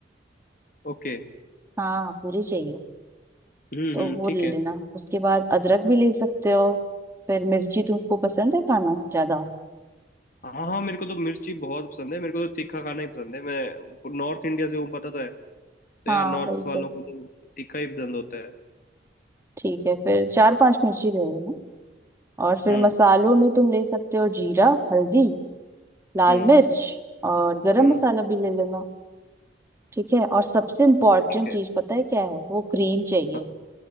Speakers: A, on the left; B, on the right.
A: ओके
B: हाँ पूरे चाहिए
A: हम्म
B: तो
A: हम्म
B: वो
A: ठीक
B: ले
A: है
B: लेना उसके बाद अदरक भी ले सकते हो फिर मिर्ची तुमको पसंद है खाना ज्यादा
A: हाँ हाँ मेरे को तो मिर्ची बहुत पसंद है मेरे को तो तीखा खाना ही पसंद है मैं नॉर्थ इंडिया से हूँ पता तो है तो
B: हाँ
A: यार नॉर्थ
B: वही
A: वालों
B: तो
A: को तो तीखा ही पसंद होता है
B: ठीक है फिर चार पांच मिर्ची ले लेना और फिर
A: हम्म
B: मसालों में तुम ले सकते हो जीरा हल्दी लाल
A: हम्म
B: मिर्च और गरम
A: हम्म
B: मसाला भी ले लेना ठीक है और सबसे इम्पोर्टेंट
A: ठीक है
B: चीज पता है क्या है वो क्रीम चाहिए
A: हाँ